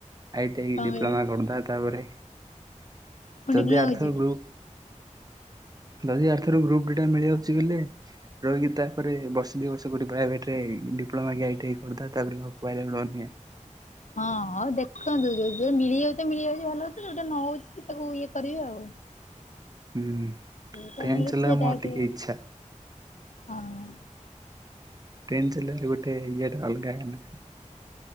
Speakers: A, on the right; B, on the left.
A: ଆଇଟି ଆଇ
B: କଣ
A: ଡିପ୍ଲୋମା
B: କହିଲେ
A: କରି ଦେବା ତାପରେ
B: ପୁଣି
A: ଯଦି
B: ଡିପ୍ଲୋମା
A: ଆର୍ଥ
B: କୁ ଯିବେ?
A: ଗ୍ରୁପ ଯଦି ଆର ଥର ଗ୍ରୁପ ଡି ଟା ମିଳିଯାଉଛି ବୋଲେ ରହିକି ତାପରେ ବର୍ଷ ଦୁଇ ବର୍ଷ କେଉଠି ପ୍ରାଇଭେଟ୍ ରେ ଡିପ୍ଲୋମା କି ଆଇ ଟି ଆଇ କରିଦା ତାପରେ ଲୋକ ପାଇଲେଟ ବନିଆ।
B: ହଁ ହଉ ଦେଖନ୍ତୁ ଯୋଉ ମିଳିଯାଉ ତ ମିଳିଯାଉଛି ଭଲ ହଉଛି ଯୋଉଟା ନ ହଉଛି ତାକୁ ଇଏ କରିବି ଆଉ।
A: ହୁଁ
B: ତ
A: ଟ୍ରେନ
B: ମିଳୁ
A: ଚଲେଇବା
B: ସେଇଟାକୁ
A: ମୋର ଟିକେ ଇଚ୍ଛା।
B: ହଁ।
A: ଟ୍ରେନ୍ ଚଲେଇବା ଗଟେ ଇଏଟା ଅଲଗା <unintelligible>